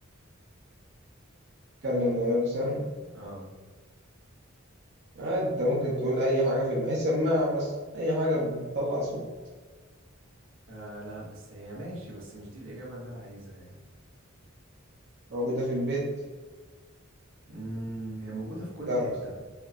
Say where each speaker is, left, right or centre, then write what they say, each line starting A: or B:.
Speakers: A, on the right (about 55°); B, on the right (about 80°).
A: اتكلم من غير لسان
B: اه
A: آه، انت ممكن تقول اي حاجه في الب... اي سماعه مثلا اي حاجه بتطلع صوت
B: آه لا بس هي ماشي بس مش دي الإجابة اللي أنا عايزها يعني
A: موجوده في البيت
B: امم هي موجودة في كل
A: جرس
B: حتة